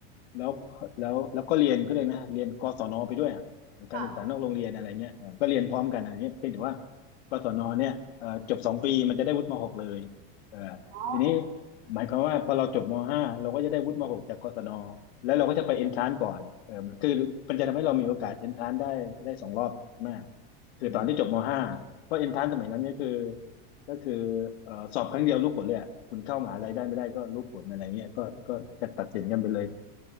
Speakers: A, on the left (about 80°); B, on the right (about 55°).
A: แล้วแล้วแล้วก็เรียนก็เลยกนะเรียนกศนไปด้วยอะการศึกษานอกโรงเรียนอะไรเงี้ยเออก็เรียนพร้อมกันอะไรเงี้ยเพียงแต่ว่า
B: ค่ะ
A: กศนเนี่ยเออจบสองปีมันจะได้วุฒิมหกเลยเออ
B: อ๋อ
A: ทีนี้ หมายความว่าพอเราจบม .5 เราก็จะได้วุฒิม .6 จากกศนแล้วเราก็จะไปเอนทรานก่อนเออคือมันจะทำให้เรามีโอกาสเอนทรานได้ได้สองรอบมากคือตอนที่จบม
B: อืม
A: .5 เพราะเอนทรานสมัยนั้นก็คือก็คือเอ่อสอบครั้งเดียวรู้ผลเลยอะคุณเข้ามหาลัยได้ไม่ได้ก็รู้ผลอะไรเงี้ยก็ก็กะตัดสินกันไปเลย